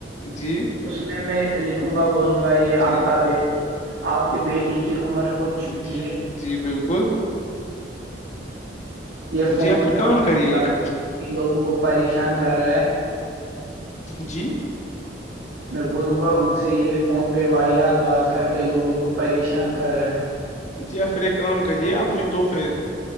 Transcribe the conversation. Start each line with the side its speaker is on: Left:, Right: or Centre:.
Left: جی
Right: اس میں میں لکھوں گا بولوں گا یہ
Left: جی
Right: آپ کا بیٹ آپ کے بیٹے کی عمر ہو چکی
Left: جی
Right: ہے
Left: جی بالکل
Right: یہ فون
Left: جی آپ پھر
Right: پہ
Left: کام کریے ایک
Right: لوگوں کو پریشان کر رہا ہے
Left: جی
Right: میں بولوں گا ان سے یہ فون پہ واحت بات کر کے لوگوں کو پریشان کر رہا ہے
Left: جی آپ پھر ایک کام کریے آپ مجھے تحفے